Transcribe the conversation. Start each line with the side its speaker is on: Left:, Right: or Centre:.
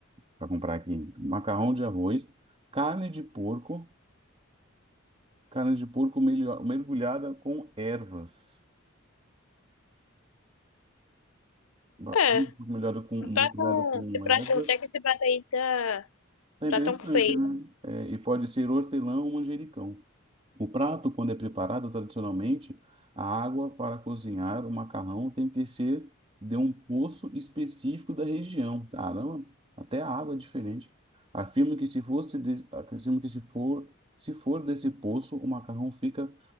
Right: para comprar aqui. Macarrão de arroz, carne de porco, carne de porco melho- mergulhada com ervas. Ba-
Left: É,
Right: Carne de porco melhorada com,
Left: não
Right: mergulhada
Left: tá tão.
Right: com
Left: Esse prato,
Right: ervas.
Left: até que esse prato aí tá.
Right: É
Left: Não
Right: interessante,
Left: tá tão feio.
Right: né? É, e pode ser hortelã ou manjericão. O prato, quando é preparado tradicionalmente, a água para cozinhar o macarrão tem que ser de um poço específico da região. Caramba, até a água é diferente. Afirmo que se fosse, de- afirmo que se for, se for desse poço, o macarrão fica